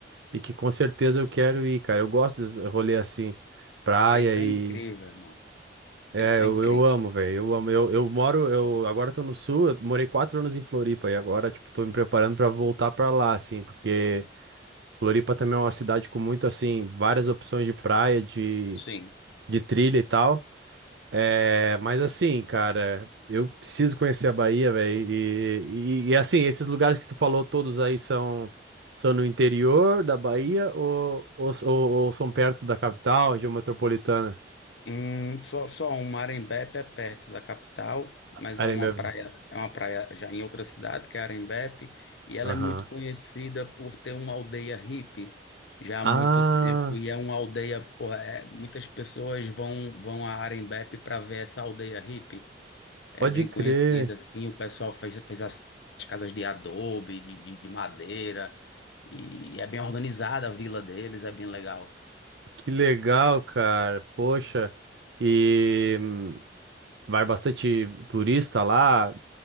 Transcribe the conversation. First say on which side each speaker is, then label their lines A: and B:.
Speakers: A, on the right; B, on the left.
A: e que com certeza eu quero ir, cara. Eu gosto de rolê assim, praia
B: Esse
A: e.
B: é incrível, irmão.
A: É,
B: Esse
A: eu,
B: é incrível.
A: eu amo, velho. Eu amo. Eu, eu moro, eu agora tô no sul, eu morei quatro anos em Floripa e agora, tipo, tô me preparando pra voltar pra lá, assim, porque. Floripa também é uma cidade com muito, assim, várias opções de praia, de,
B: Sim.
A: de trilha e tal. É, mas assim, cara, eu preciso conhecer a Bahia, velho. E, e, e, assim, esses lugares que tu falou todos aí são, são no interior da Bahia ou, ou, ou- ou são perto da capital, região metropolitana?
B: Hum, só, só um, Arembepe é perto da capital, mas
A: Arembebe.
B: é uma praia, é uma praia já em outra cidade, que é Arembepe, e ela
A: Aham.
B: é muito conhecida por ter uma aldeia hippie já
A: Ah,
B: há muito tempo, e é uma aldeia, porra, é- muitas pessoas vão vão a Arembepe para ver essa aldeia hippie. É
A: pode
B: bem
A: crer.
B: conhecida, assim, o pessoal fez, fez as, as casas de adobe, de, de, de madeira, e é bem organizada a vila deles, é bem legal.
A: Que legal, cara. Poxa. E hum, vai bastante turista lá.